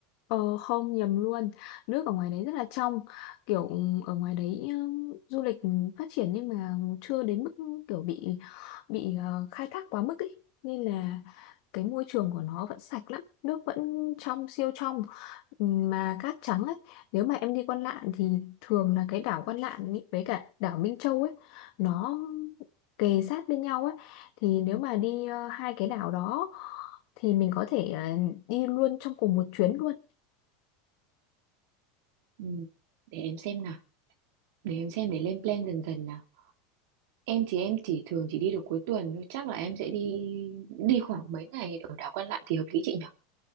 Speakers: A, on the left; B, on the right.
A: Ờ không nhầm luôn Nước ở ngoài đấy rất là trong Kiểu ở ngoài đấy ừm, du lịch phát triển Nhưng mà chưa đến mức kiểu bị bị ờ, khai thác quá mức ý Nên là cái môi trường của nó vẫn sạch lắm Nước vẫn trong siêu trong Ừm, Mà cát trắng ấy Nếu mà em đi Quan Lạn thì thường là cái đảo Quan Lạn ý, với cả đảo Minh Châu ấy Nó kề sát bên nhau ấy Thì nếu mà đi ờ, hai cái đảo đó Thì mình có thể ờ, đi luôn trong cùng một chuyến luôn
B: Ừ, để em xem nào, để em xem để lên plan dần dần nào. Em thì em chỉ thường chỉ đi được cuối tuần thôi, chắc là em sẽ đi đi khoảng mấy ngày ở đảo Quan Lạn thì hợp lý chị nhỉ?